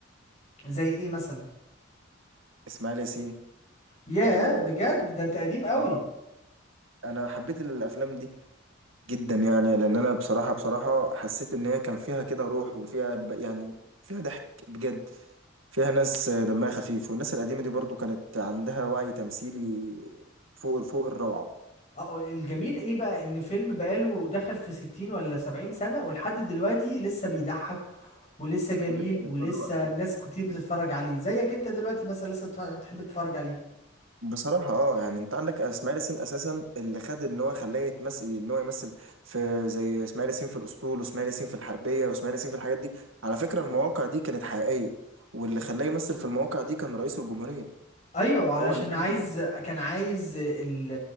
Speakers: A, on the left (about 35°); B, on the right (about 80°).
A: زي ايه مثلا
B: اسماعيل ياسين
A: ياه
B: اه
A: بجد ده انت قديم قوي
B: آه، انا حبيت الافلام دي جدا يعني لان انا بصراحه بصراحه حسيت ان هي كان فيها كده روح وفيها ب- يعني فيها ضحك بجد فيها ناس دمها خفيف والناس القديمه دي برضو كانت عندها وعي تمثيلي فوق فوق الروعه
A: اه الجميل ايه بقى ان فيلم بقاله دخل في 60 ولا 70 سنه ولحد دلوقتي لسه بيضحك ولسه جميل
B: ولسه
A: ولسه
B: بيتفرجوا عليه
A: الناس كتير بتتفرج عليه زيك انت دلوقتي مثلا لسه بتح- بتحب تتفرج عليه
B: بصراحة اه يعني انت عندك اسماعيل ياسين اساسا اللي خد ان هو خلاه يتمثل ان هو يمثل في زي اسماعيل ياسين في الاسطول واسماعيل ياسين في الحربية واسماعيل ياسين في الحاجات دي على فكرة المواقع دي كانت حقيقية واللي خلاه يمثل في المواقع دي كان رئيس الجمهورية
A: ايوه علشان
B: هو اللي قال
A: عايز كان عايز ال...